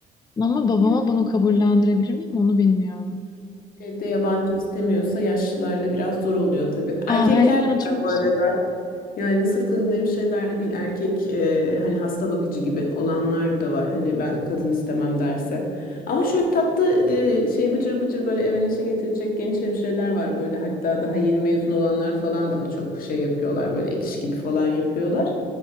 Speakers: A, on the left; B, on the left.
A: Ama babama
B: Ya.
A: bunu kabullendirebilir miyim onu bilmiyorum.
B: Evde yabancı istemiyorsa yaşlılarla biraz zor oluyor tabii.
A: Aa,
B: Erkekler
A: aynen
B: de
A: çok
B: var bu arada.
A: zor.
B: Yani sırf kadın hemşireler değil erkek e, hani hasta bakıcı gibi olanlar da var. Hani ben kadın istemem derse. Ama şöyle tatlı e, şey bıcır bıcır böyle eve neşe getirecek genç hemşireler var böyle hatta daha yeni mezun olanlar falan daha çok şey yapıyorlar böyle ek iş gibi falan yapıyorlar.